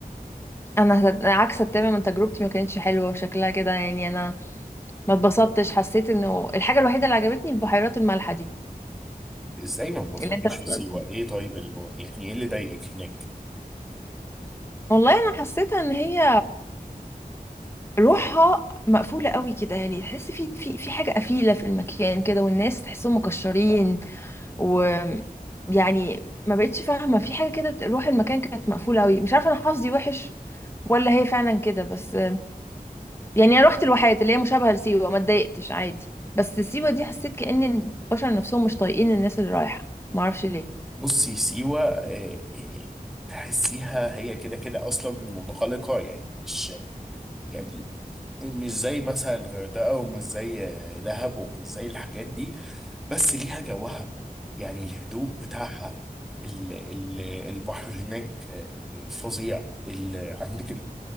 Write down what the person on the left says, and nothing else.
انا أنا عكسك تماما تجربتي ما كانتش حلوة وشكلها كده يعني انا ما اتبسطتش حسيت انه الحاجه الوحيده اللي عجبتني البحيرات المالحه دي
اللي انت بتقولها
والله انا حسيتها ان هي روحها مقفوله قوي كده يعني تحس في في في حاجه قفيله في المكان كده والناس تحسهم مكشرين و يعني ما بقتش فاهمه في حاجه كده روح المكان كانت مقفوله قوي مش عارفه انا حظي وحش ولا هي فعلا كده بس يعني انا رحت الواحات اللي هي مشابهه لسيوه ما اتضايقتش عادي بس سيوه دي حسيت كأن البشر نفسهم مش طايقين الناس اللي رايحه ما اعرفش ليه